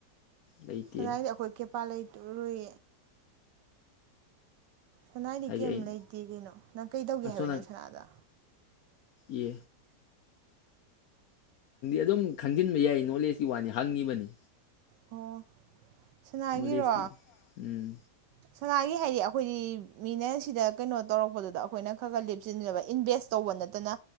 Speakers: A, on the left; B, on the right.
A: ꯂꯩꯇꯦ
B: ꯁꯉꯥꯏꯗ ꯑꯩꯈꯣꯏ ꯄꯂꯩ ꯇꯔꯨꯏ ꯁꯅꯥꯗꯤ
A: ꯍꯥꯏꯗꯤ
B: ꯀꯔꯤꯝ
A: ꯑꯩ
B: ꯂꯩꯇꯦ ꯀꯩꯅꯣ ꯅꯪ ꯀꯩꯗꯧꯒꯦ
A: ꯑꯁꯣꯅ
B: ꯍꯥꯏꯕꯅꯣ ꯁꯅꯥꯗ
A: ꯑꯦ ꯑꯗꯨꯝ ꯈꯪꯖꯤꯟꯕ ꯌꯥꯏ ꯅꯣꯂꯦꯖꯀꯤ ꯋꯥꯅꯤ ꯍꯪꯉꯤꯕꯅꯤ
B: ꯑꯣ ꯁꯅꯥꯒꯤꯔꯣ
A: ꯍꯁꯤꯀꯤ ꯎꯝ
B: ꯁꯅꯥꯒꯤ ꯍꯥꯏꯗꯤ ꯑꯩꯈꯣꯏꯗꯤ ꯃꯤꯅ ꯁꯤꯗ ꯀꯩꯅꯣ ꯇꯧꯔꯛꯄꯗꯨꯗ ꯑꯩꯈꯣꯏꯅ ꯈꯔ ꯈꯔ ꯂꯦꯞꯁꯤꯤꯟꯖꯕ ꯏꯟꯚꯦꯁ ꯇꯧꯕ ꯅꯠꯇꯅ